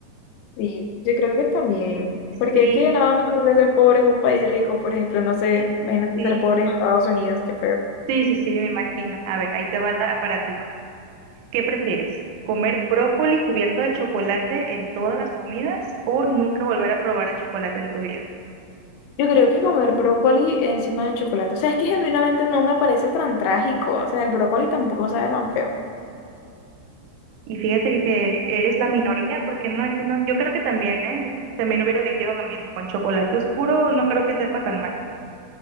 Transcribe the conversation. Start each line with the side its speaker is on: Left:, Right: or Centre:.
Left: Sí, yo creo que también, porque
Right: Sí,
Left: es que de nada me sirve ser pobre en un país rico, por ejemplo, no sé,
Right: es-
Left: imagínate
Right: sí,
Left: ser pobre en Estados Unidos, qué feo.
Right: sí, sí, sí, me imagino. A ver, ahí te va la, para ti una. ¿Qué prefieres? ¿Comer brócoli cubierto de chocolate en todas las comidas o nunca volver a probar el chocolate en tu vida?
Left: Yo creo que comer brócoli encima de chocolate, o sea, es que genuinamente no me parece tan trágico, o sea, el brócoli tampoco sabe tan feo.
Right: Y fíjate que, que eres la minoría, porque no, aquí no. Yo creo que también, ¿eh? Yo También hubiera elegido lo mismo. Con chocolate oscuro no creo que sepa tan mal.